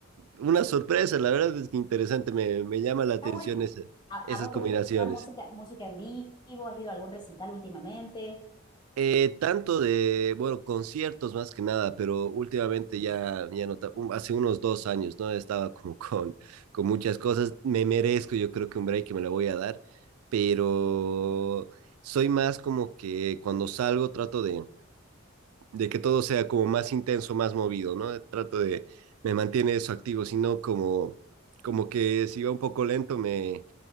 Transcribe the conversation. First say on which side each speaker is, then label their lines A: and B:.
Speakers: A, on the right; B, on the left.
A: una sorpresa, la verdad es que interesante, me, me llama
B: Está
A: la atención
B: bueno.
A: esa-
B: ¿A,
A: esas
B: a vos
A: combinaciones.
B: te gusta escuchar música, música en vivo? ¿Has ido a algún recital últimamente?
A: Eh, tanto de, bueno, conciertos más que nada, pero últimamente
B: Sí.
A: ya, ya no, ta- un- hace unos dos años, ¿no? Estaba como con, con muchas cosas, me merezco, yo creo que un break que me la voy a dar, pero soy más como que cuando salgo trato de de que todo sea como más intenso, más movido, ¿no? Trato de, me mantiene eso activo, sino como, como que si va un poco lento me,